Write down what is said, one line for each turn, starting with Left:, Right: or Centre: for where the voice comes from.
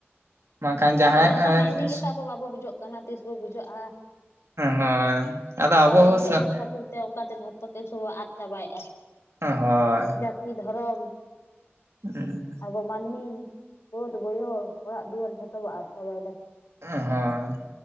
Right: ᱵᱟᱝᱠᱷᱟᱱ ᱡᱟᱦᱟᱸᱭ
Left: ᱟᱫᱚ ᱚᱱᱟ ᱢᱟᱹᱱᱢᱤ ᱜᱮᱛᱚ ᱟᱵᱚ ᱵᱟᱵᱚ ᱵᱩᱡᱷᱟᱹᱜ ᱠᱟᱱᱟ ᱛᱤᱥ ᱵᱚ ᱵᱩᱡᱷᱟᱹᱜᱼᱟ?
Right: ᱦᱳᱭ ᱟᱫᱚ ᱟᱵᱚ
Left: ᱵᱟᱵᱚ ᱵᱩᱡᱷᱟᱹᱜ
Right: ᱦᱳᱭ
Left: ᱠᱟᱱ ᱠᱷᱟᱹᱛᱤᱨ ᱛᱮ ᱚᱱᱠᱟ ᱛᱮ ᱡᱷᱚᱛ ᱡᱚᱛᱛᱚ ᱠᱤᱪᱷᱩ ᱵᱚ ᱟᱫ ᱪᱟᱵᱟᱭᱮᱜᱼᱟ
Right: ᱦᱳᱭ
Left: ᱡᱟᱹᱛᱤ ᱫᱷᱚᱨᱚᱢ᱾
Right: ᱦᱮᱸ᱾
Left: ᱟᱵᱚ ᱢᱟᱹᱱᱢᱤ ᱵᱟᱹᱫᱽ ᱵᱟᱹᱭᱦᱟᱹᱲ ᱚᱲᱟᱜ ᱫᱩᱣᱟᱹᱨ ᱡᱷᱚᱛᱚ ᱵᱚ ᱟᱫ ᱪᱟᱵᱟᱭᱮᱫᱟ᱾
Right: ᱦᱚᱸ,